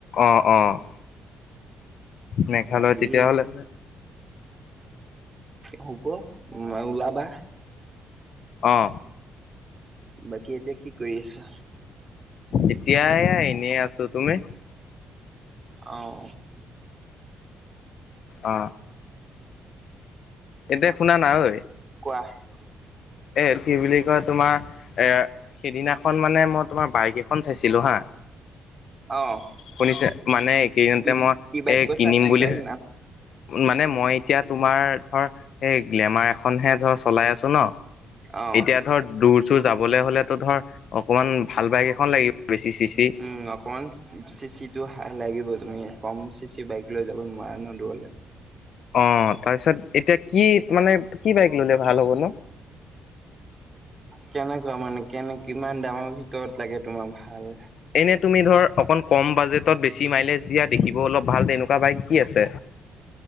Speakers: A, on the left; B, on the right.
A: অ', অ', মেঘালয়
B: বাকী
A: তেতিয়াহ'লে
B: হ'ব উম ওলাবা
A: অহ
B: বাকী এতিয়া কি কৰি আছো?
A: এতিয়াই এনেই আছো, তুমি?
B: অঁ
A: অ এতিয়া শুনা না ঐ
B: <unintelligible>
A: এ, কি বুলি কয়? তোমাৰ এ সিদিনাখন মানে, মই তোমাৰ বাইক এখন চাইছিলোঁ হা।
B: অ
A: শুনিছে? মানে, কেইদিনতে
B: কি
A: মই
B: কি বাইক
A: এই
B: কৈছা
A: কিনিম
B: কি
A: বুলি
B: বাইক না
A: মানে মই এতিয়া তোমাৰ ধৰ এই গ্লেমাৰ এখনহে ধৰ চলাই আছো ন'।
B: অ
A: এতিয়া ধৰ দূৰ-চুৰ যাবলে হলেতো ধৰ অকমান ভাল বাইক এখন লাগিব বেছি চিচি
B: উম, অকমান চিচিটো হাই লাগিব। তুমি কম চিচি বাইক লৈ যাব নোৱাৰা ন দূৰলে।
A: অ', তাৰপিছত এতিয়া কি
B: <unintelligible>
A: মানে কি বাইক ললে ভাল হ'ব নো
B: কেনেকুৱা মানে কেনে কিমান দামৰ ভিতৰত লাগে তোমাক ভাল?
A: এনে তুমি ধৰ অকণ কম বাজেটত বেছি মাইলেজ দিয়া দেখিব অলপ ভাল তেনেকুৱা বাইক। কি আছে